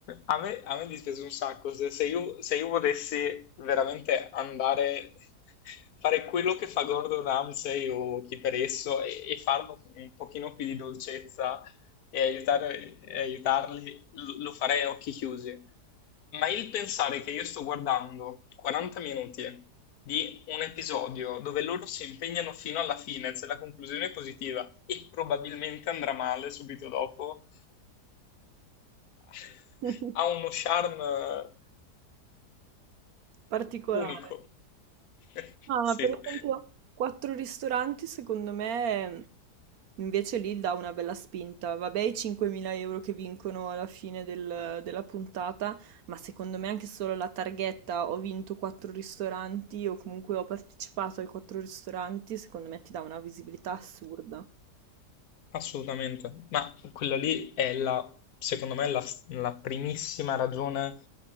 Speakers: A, on the left; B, on the right.
A: A me, a me dispiace un sacco, se, se io, se io volessi veramente andare, fare quello che fa Gordon Ramsay o chi per esso e, e farlo con un pochino più di dolcezza e aiutare, e aiutarli lo lo farei a occhi chiusi. Ma il pensare che io sto guardando 40 minuti di un episodio dove loro si impegnano fino alla fine, se la conclusione è positiva e probabilmente andrà male subito dopo, <laughs>
B: <laughs>
A: ha uno charme eh,
B: Particolare.
A: unico. <laughs>
B: No, ma per esempio,
A: Sì.
B: quattro ristoranti, secondo me, invece lì dà una bella spinta. Vabbè, i 5.000 euro che vincono alla fine del- della puntata, ma secondo me anche solo la targhetta ho vinto quattro ristoranti o comunque ho partecipato ai quattro ristoranti, secondo me ti dà una visibilità assurda.
A: Assolutamente, ma quella lì è la, secondo me, la, la primissima ragione